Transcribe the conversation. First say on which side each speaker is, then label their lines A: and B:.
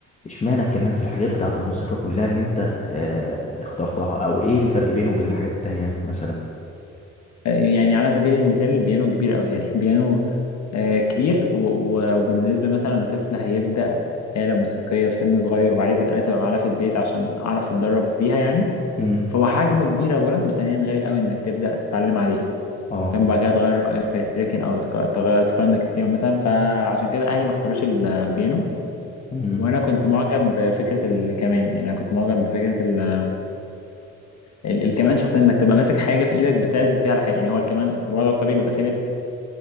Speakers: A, on the left; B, on the left.
A: اشمعنى الكمان في الحاجات بتاعت الموسيقى كلها ان انت آه اخترتها او ايه الفرق بينه وبين الحاجات التانية مثلا
B: يعني على سبيل المثال البيانو كبير قوي يعني <laughs> بيانو آه، كبير و- و- وبالنسبة مثلا لطفل هيبدأ آلة موسيقية في سن صغير وعايز الآلة تبقى معاه في البيت عشان أعرف أتدرب بيها يعني
A: امم
B: فهو حجمه كبير أولا وثانيا غالي قوي إنك تبدأ تتعلم عليه
A: اه
B: فاهم بعد كده تغير رأيك فيتركن أو تق- تغير تقرر إنك تبيعه مثلا فعشان كده أهلي ما اختاروش البيانو
A: امم
B: وأنا كنت معجب بفكرة الكمان يعني أنا كنت معجب بفكرة ال- ال- الكمان شخصيا إنك تبقى ماسك حاجة في إيدك بتعزف فيها على حاجة يعني هو الكمان الوضع الطبيعي بيبقى ثابت